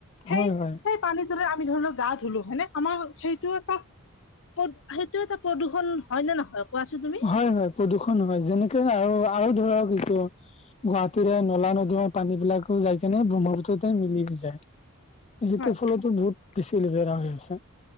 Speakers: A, on the left (about 60°); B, on the left (about 30°).
A: সেই
B: হয় হয়
A: -সেই পানীত আমি ধৰি লও গা ধুলো, হয়নে? আমাৰ সেইটো এটা প্ৰদ সেইটো এটা প্ৰদূষণ হয় নে নহয় কোৱাচোন? তুমি
B: হয়, হয় প্ৰদূষণ হয়, যেনেকে আৰু আৰু ধৰক এইটো গুৱাহাটীৰে নলা নৰ্দমাৰ পানী বিলাকো যাই কেনে ব্ৰহ্মপুত্ৰতে মিলি যায় সেইটোৰ
A: হয়
B: ফলতো বহুত বেছি লতেৰা হৈ আছে।